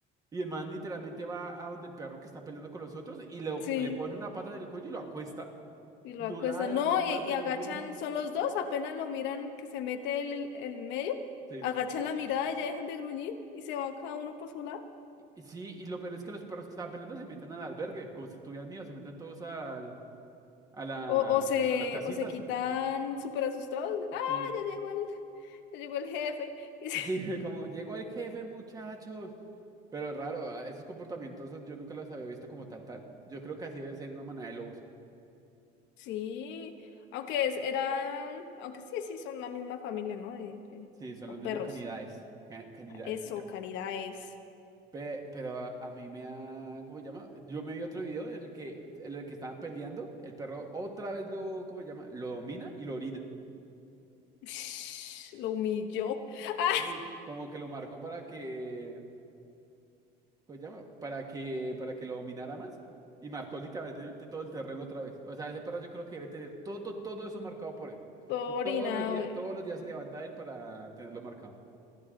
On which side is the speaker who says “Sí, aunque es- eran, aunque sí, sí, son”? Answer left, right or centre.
Left